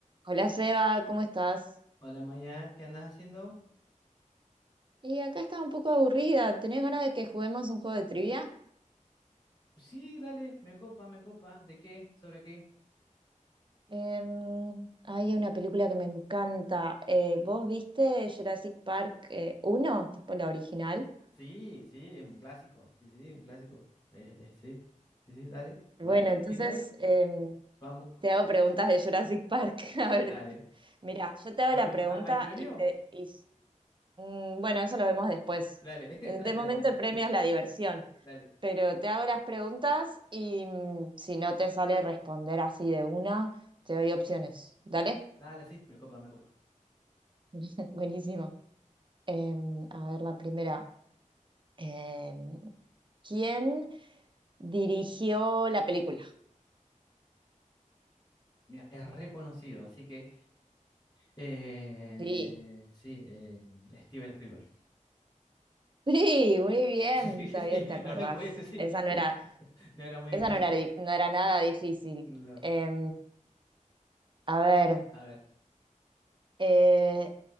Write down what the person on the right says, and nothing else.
Hola Seba, ¿cómo estás?
Y acá estaba un poco aburrida. ¿Tenés ganas de que juguemos un juego de trivia?
Em, hay una película que me encanta. Eh, ¿vos viste Jurassic Park eh, 1, tipo la original?
Bueno,
entonces
em,
te hago preguntas de Jurassic Park. <laughs> A ver,
mira, yo te hago
la
pregunta
y te... y s- mm, bueno, eso lo vemos después.
Eh, De
momento
el premio es la diversión.
pero te hago las preguntas y mm, si no te sale responder así de una, te doy opciones. ¿Dale?
<laughs> Buenísimo. Em, a ver, la primera. Em, ¿quién dirigió la película?
Sí.
Sí, muy bien,
está
bien, te acordás.
Esa no
era,
esa
no era, di- no era nada difícil.
Em, a ver,
eh,